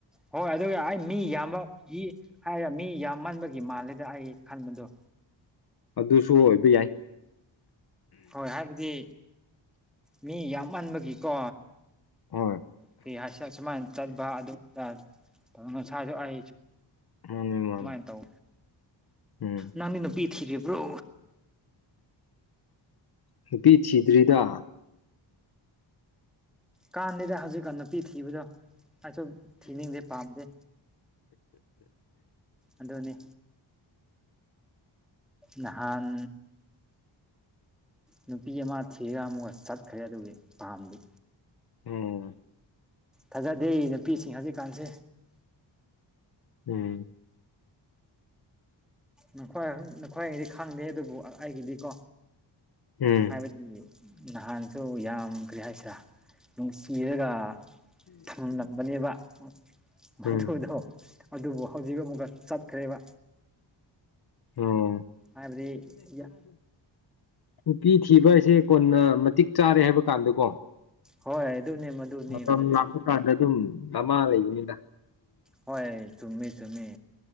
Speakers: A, in the centre; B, on the left.
A: ꯍꯣꯏ ꯑꯗꯨꯒ ꯑꯩꯅꯥ ꯃꯤ ꯌꯥꯝꯃꯟꯒꯤ ꯍꯥꯏꯔꯦ ꯃꯤ ꯌꯥꯝꯃꯟꯕꯒꯤ ꯃꯥꯜꯂꯦꯗ ꯑꯩꯅꯥ ꯈꯟꯕꯗꯣ
B: ꯑꯗꯨꯁꯨ ꯑꯣꯏꯕ ꯌꯥꯏ
A: ꯍꯣꯏ ꯍꯥꯏꯕꯗꯤ ꯃꯤ ꯌꯥꯝꯃꯟꯕꯒꯤꯀꯣ
B: ꯍꯣꯏ
A: ꯀꯔꯤ ꯍꯥꯏꯁꯤꯔꯥ ꯁꯨꯃꯥꯏ ꯆꯠꯄꯥ ꯑꯗꯨꯗꯥ ꯉꯁꯥꯏꯁꯨ ꯑꯩ
B: ꯃꯥꯅꯤ ꯃꯥꯅꯤ
A: ꯁꯨꯃꯥꯏꯅ ꯇꯧ
B: ꯎꯝ
A: ꯅꯪꯗꯤ ꯅꯨꯄꯤ ꯊꯤꯔꯤꯕ꯭ꯔꯣ
B: ꯅꯨꯄꯤ ꯊꯤꯗ꯭ꯔꯤꯗꯥ
A: ꯀꯥꯟꯗꯦꯗꯥ ꯍꯧꯖꯤꯛꯀꯥꯟ ꯅꯨꯄꯤ ꯊꯤꯕꯗꯣ ꯑꯩꯁꯨ ꯊꯤꯅꯤꯡꯗꯦ ꯄꯝꯗꯦ ꯑꯗꯨꯅꯤ ꯅꯍꯥꯟ ꯅꯨꯄꯤ ꯑꯃꯥ ꯊꯤꯔꯥ ꯑꯃꯨꯛꯀ ꯆꯠꯈ꯭ꯔꯦ ꯑꯗꯨꯒꯤ ꯄꯥꯝꯗꯦ
B: ꯎꯝ <inaudible>
A: ꯊꯥꯖꯗꯦ ꯅꯨꯄꯤꯁꯤꯡ ꯍꯧꯖꯤꯛꯀꯥꯟꯁꯦ
B: ꯎꯝ
A: ꯅꯈꯣꯏ ꯅꯈꯣꯏꯒꯤꯗꯤ ꯈꯪꯗꯦ ꯑꯗꯨꯕꯨ ꯑꯩꯒꯤꯗꯤꯀꯣ
B: ꯎꯝ
A: ꯍꯥꯏꯕꯗꯤ ꯅꯍꯥꯟꯁꯨ ꯌꯥꯝ ꯀꯔꯤ ꯍꯥꯏꯁꯤꯔꯥ ꯅꯨꯡꯁꯤꯔꯒꯥ ꯊꯝꯂꯝꯕꯅꯦꯕꯥ ꯃꯗꯨꯗꯣ
B: ꯎꯝ
A: ꯑꯗꯨꯕꯨ ꯍꯧꯖꯤꯛ ꯑꯃꯨꯛꯀ ꯆꯠꯈ꯭ꯔꯦꯕꯥ
B: ꯎꯝ <unintelligible>
A: ꯍꯥꯏꯕꯗꯤ ꯌꯥ
B: ꯅꯨꯄꯤ ꯊꯤꯕ ꯍꯥꯏꯁꯦ ꯀꯣꯟꯅ ꯃꯇꯤꯛ ꯆꯥꯔꯦ ꯍꯥꯏꯕ ꯀꯥꯟꯗꯀꯣ
A: ꯍꯣꯏ ꯑꯗꯨꯅꯦ ꯃꯗꯨꯅꯦ
B: ꯃꯇꯝ
A: ꯃꯗꯨꯅꯦ
B: ꯂꯥꯛꯄ ꯀꯥꯟꯗ ꯑꯗꯨꯝ ꯗꯃꯥ ꯂꯩꯅꯤꯗꯥ
A: ꯍꯣꯏ ꯆꯃꯤ ꯆꯃꯤ